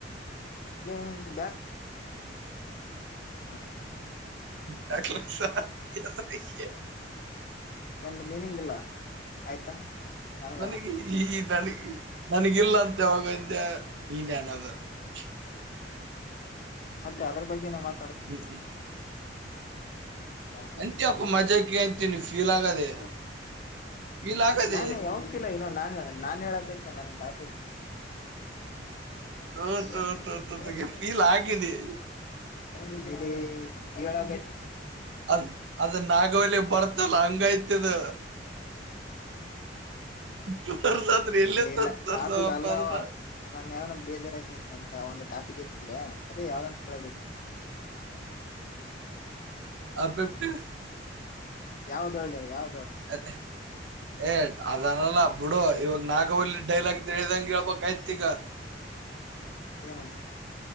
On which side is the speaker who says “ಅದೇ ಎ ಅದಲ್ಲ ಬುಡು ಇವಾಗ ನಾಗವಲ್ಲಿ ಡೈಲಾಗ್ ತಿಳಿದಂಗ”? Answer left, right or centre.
Right